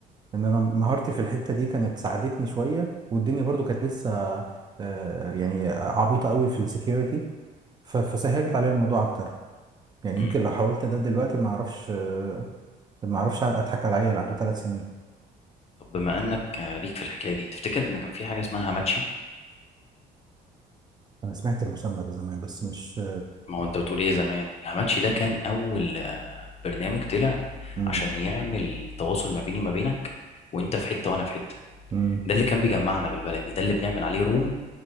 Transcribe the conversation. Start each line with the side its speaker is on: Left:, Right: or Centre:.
Right: ان انا مهارتي في الحته دي كانت ساعدتني شويه والدنيا برضو كانت لسه آه، يعني عبيطه قوي في السكيورتي ف- فسهلت عليا الموضوع اكتر يعني
Left: مم.
Right: يمكن لو حاولت ده دلوقتي ما اعرفش آه، ما اعرفش اضحك على عيل عنده ثلاث سنين
Left: طب بما انك آه، ليك في الحكاية دي تفتكر ان كان في حاجة اسمها هاماتشي
Right: انا سمعت المسمى ده زمان بس مش
Left: ما هو انت بتقول ايه زمان الهاماتشي ده كان اول آه، برنامج طلع
Right: امم
Left: عشان يعمل تواصل ما بيني وما بينك وانت في حتة وانا في حتة
Right: امم
Left: ده اللي كان بيجمعنا بالبلدي ده اللي بنعمل عليه روم